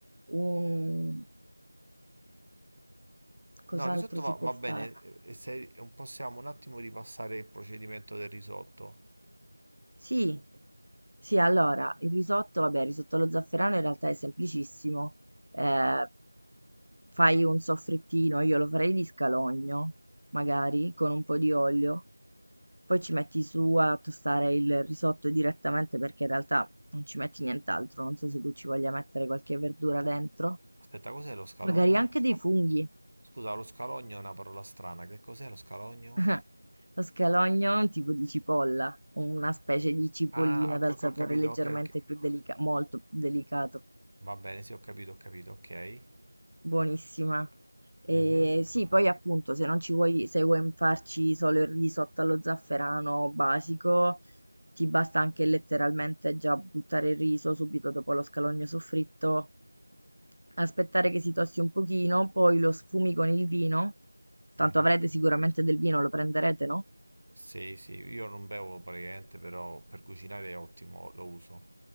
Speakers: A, on the right; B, on the right.
A: un... Cos'altro
B: No, il risotto va,
A: si
B: va
A: può fare?
B: bene. eh, E se possiamo un attimo ripassare il procedimento del risotto.
A: Sì, sì, allora, il risotto, vabbè, il risotto allo zafferano in realtà è semplicissimo. Eh, fai un soffrittino, io lo farei di scalogno, magari, con un po' di olio. Poi ci metti su a tostare il risotto direttamente perché in realtà non ci metti nient'altro. Non so se tu ci voglia mettere qualche verdura dentro.
B: Aspetta, cos'è lo scalogno?
A: Magari anche dei funghi.
B: Scusa, lo scalogno è una parola strana. Che cos'è lo scalogno?
A: <laughs> Lo scalogno è un tipo di cipolla, una specie di cipollina
B: Ah, ok,
A: dal
B: ok,
A: sapore
B: ho capito.
A: leggermente
B: ok, ok.
A: più delicato, molto più delicato.
B: Va bene, sì, ho capito, ho capito, ok.
A: Buonissima. E
B: Mhm,
A: sì, poi appunto, se non ci vuoi, se vuoi farci solo il risotto allo zafferano basico, ti basta anche letteralmente già buttare il riso subito dopo lo scalogno soffritto, aspettare che si tosti un pochino, poi lo sfumi con il vino. Tanto
B: mhm.
A: avrete sicuramente del vino, lo prenderete, no?
B: Sì, sì, io non bevo praticamente, però per cucinare è ottimo, lo uso.